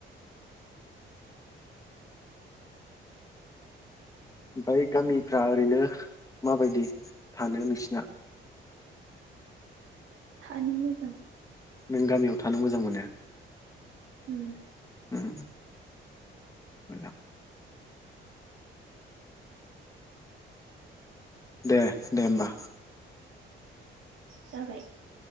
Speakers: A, on the left; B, on the right.
A: ओमफ्राय गामिफ्रा ओरैनो माबायदि थानो नोंसिना।
B: थानो मोजां।
A: नों गामियाव थानो मोजां मोनो।
B: उम
A: उम मोजां। दे दे होमबा।
B: जाबाय।